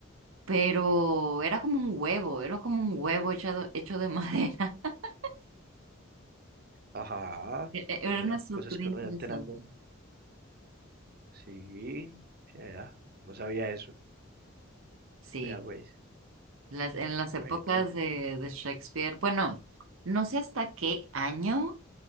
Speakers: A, on the right (about 80°); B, on the right (about 50°).
A: pero era como un huevo, era como un huevo hecho hecho de madera. <laughs>
B: Ajá,
A: E-
B: vea,
A: Era una estructura
B: cosas que
A: interesante.
B: uno va enterando. Sí, vea, no sabía eso.
A: Sí,
B: Vea, pues,
A: las, en las
B: bueno.
A: épocas de, de Shakespeare, bueno, no sé hasta qué año